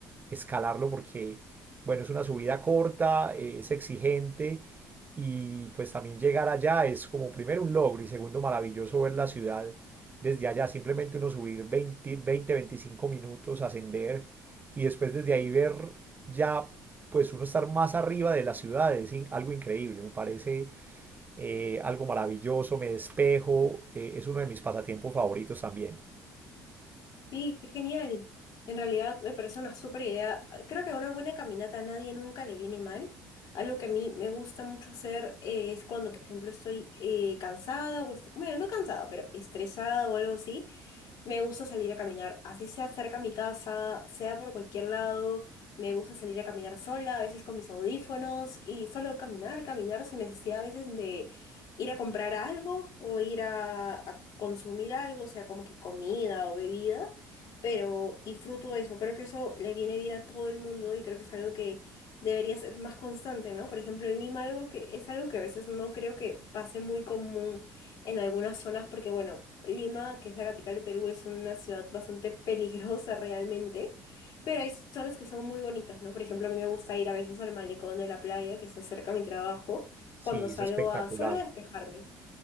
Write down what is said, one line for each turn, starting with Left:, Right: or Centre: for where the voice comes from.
Right: escalarlo porque, bueno, es una subida corta, eh, es exigente y pues también llegar allá es como primero un logro y segundo maravilloso ver la ciudad desde allá, simplemente uno subir 20, 20 25 minutos, ascender y después desde ahí ver ya pues uno estar más arriba de la ciudad es in- algo increíble, me parece eh, algo maravilloso, me despejo, eh, es uno de mis pasatiempos favoritos también.
Left: Sí, qué genial. En realidad me parece una súper idea. Creo que una buena caminata a nadie nunca le viene mal. Algo que a mí me gusta mucho hacer eh, es cuando, por ejemplo, estoy eh, cansada o, est- bueno, no cansada, pero estresada o algo así. Me gusta salir a caminar, así sea cerca a mi casa, sea por cualquier lado. Me gusta salir a caminar sola, a veces con mis audífonos y solo caminar, caminar sin necesidad a veces de ir a comprar algo o ir a, a consumir algo, sea como que comida o bebida. Pero disfruto eso, creo que eso le viene bien a todo el mundo y creo que es algo que debería ser más constante, ¿no? Por ejemplo, en Lima algo que es algo que a veces no creo que pase muy común en algunas zonas, porque bueno, Lima, que es la capital de Perú, es una ciudad bastante peligrosa realmente, pero hay zonas que son muy bonitas, ¿no? Por ejemplo, a mí me gusta ir a veces al malecón de la playa, que se acerca a mi trabajo, cuando
Right: Sí,
Left: salgo
Right: es espectacular,
Left: a solo despejarme.